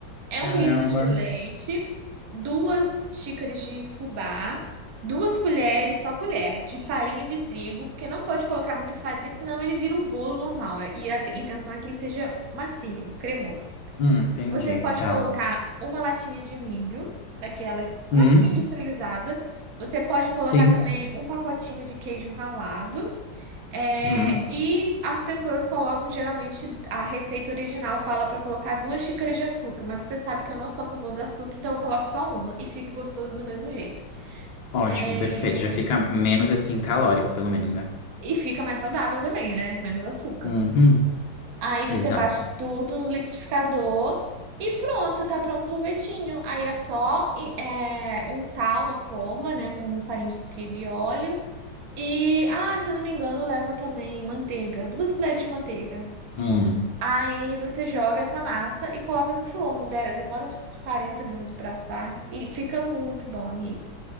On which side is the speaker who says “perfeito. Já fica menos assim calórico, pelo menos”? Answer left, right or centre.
Left